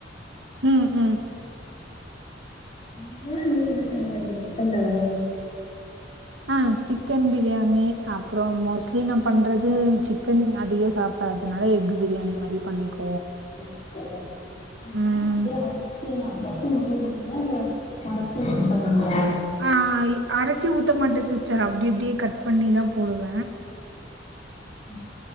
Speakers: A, on the right (about 85°); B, on the left (about 35°).
A: ம் ம்
B: <inaudible> என்ன சொன்ன சிக்கன் தானா
A: ஹா சிக்கன் பிரியாணி அப்றோ மோஸ்லி நா பண்றது ந்து சிக்கன் அதிகோ சாப்டாதுனால எக்கு பிரியாணி மாரி பண்ணிக்க
B: எக்கா எக்குனா
A: ம்
B: அப்டே அவுச்சு அவுச்சி <unintelligible> இல்ல ஒடச்சி ஊத்தி பண்ணுவியா
A: ஆ ய் அரைச்சி ஊத்த மாட்ட சிஸ்டர் அப்டி அப்டியே கட் பண்ணிதா போடுவ
B: அம்